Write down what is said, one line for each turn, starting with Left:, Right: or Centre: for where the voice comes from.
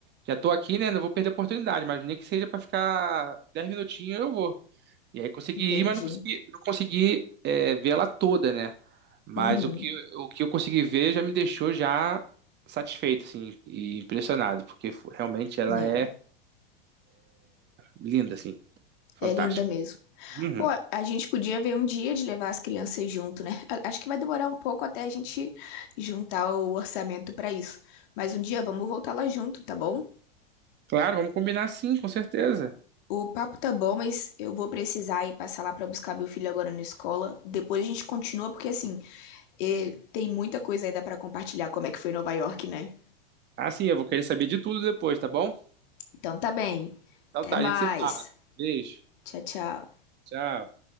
Right: já tô aqui, né? Não vou perder a oportunidade, mas nem que seja para ficar 10 minutinhos, eu vou. E aí consegui
Left: Entendi.
Right: ir, mas não consegui, não consegui é, ver ela toda, né? Mas
Left: Uhum.
Right: o que, o que eu consegui ver já me deixou já satisfeito, assim, e impressionado, porque fo- realmente ela
Left: É,
Right: é linda, assim, fantástica.
Left: é linda mesmo.
Right: Uhum.
Left: Pô, a gente podia ver um dia de levar as crianças junto, né? A- Acho que vai demorar um pouco até a gente juntar o orçamento pra isso. Mas um dia vamos voltar lá junto, tá bom?
Right: Claro, vamos combinar sim, com certeza.
Left: O papo tá bom, mas eu vou precisar ir passar lá pra buscar meu filho agora na escola. Depois a gente continua, porque assim, eh, tem muita coisa ainda pra compartilhar, como é que foi Nova York, né?
Right: Ah, sim, eu vou querer saber de tudo depois, tá bom?
Left: Então tá bem.
Right: Então
Left: Até
Right: tá,
Left: mais.
Right: a gente se fala. Beijo.
Left: Tchau, tchau.
Right: Tchau.